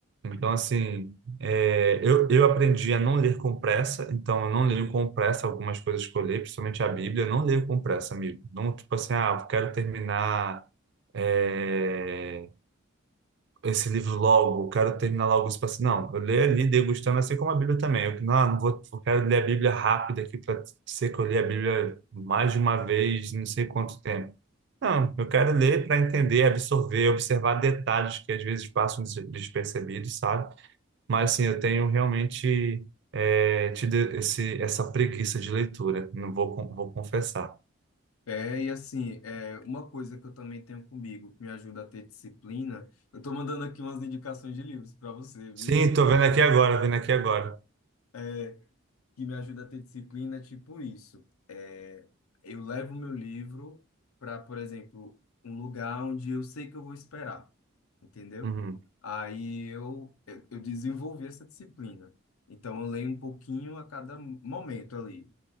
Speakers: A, on the right; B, on the left.
A: Então, assim, é, eu, eu aprendi a não ler com pressa, então eu não leio com pressa algumas coisas que eu leio, principalmente a Bíblia, eu não leio com pressa, amigo. Não, tipo assim, ah, eu quero terminar é, esse livro logo, eu quero terminar logo isso para assim, não, eu leio ali degustando, assim como a Bíblia também. Eu não, não vou, eu quero ler a Bíblia rápida aqui para ser que eu li a Bíblia mais de uma vez, não sei quanto tempo. Não, eu quero ler para entender, absorver, observar detalhes que às vezes passam des- despercebidos, sabe? Mas assim, eu tenho realmente é, tido esse, essa preguiça de leitura, não vou, con- vou confessar.
B: É, e assim, é, uma coisa que eu também tenho comigo, que me ajuda a ter disciplina, eu tô mandando aqui umas indicações de livros para você, viu?
A: Sim,
B: Um bocado.
A: tô vendo aqui agora, vendo aqui agora.
B: É, que me ajuda a ter disciplina, é tipo isso. É, eu levo meu livro para, por exemplo, um lugar onde eu sei que eu vou esperar, entendeu?
A: Uhum,
B: Aí eu, eu, eu desenvolvi essa disciplina. Então, eu leio um pouquinho a cada momento ali.